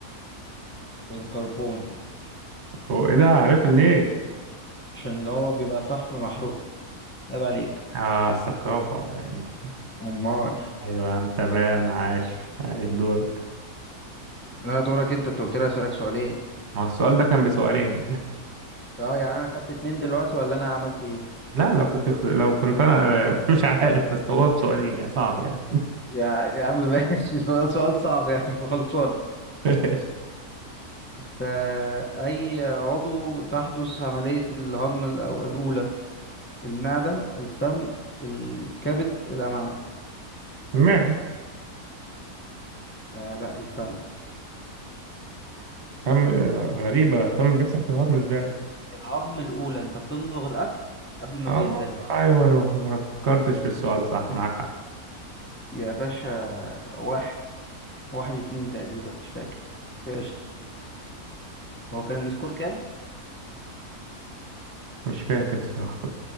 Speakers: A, on the left; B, on the right.
A: الكربون
B: هو ايه ده عرفت منين
A: عشان هو بيبقى فحم محروق عيب عليك
B: اه الثقافة يعني
A: امال
B: ايوه تمام عاش عاش دورك
A: لا دورك انت انت قلت لي اسالك سؤالين
B: ما هو السؤال ده كان بسؤالين
A: اه يعني انا خدت اتنين دلوقتي ولا انا عملت ايه
B: <laughs> لا لو كنت خ... لو كنت انا <laughs> مش عارف بس هو بسؤالين يعني صعب يعني
A: يا يا عم ماشي <laughs> سؤال سؤال صعب يا عم خلصان
B: <laughs>
A: فأي عضو تحدث عملية الهضم الأو- الأولى المعدة الفم الكبد الأمعاء
B: المعدة
A: آه لا الفم
B: فم آه، غريبة فم بيحصل فيه هضم ازاي
A: الهضم الأولى أنت بتمضغ الأكل قبل ما
B: اه
A: بينزل لك
B: ايوه انا ما فكرتش في السؤال صح معاك حق
A: يا باشا واحد واحد اتنين تقريبا مش فاكر بس قشطة هو كان السكور كام؟
B: مش فاكر صراحة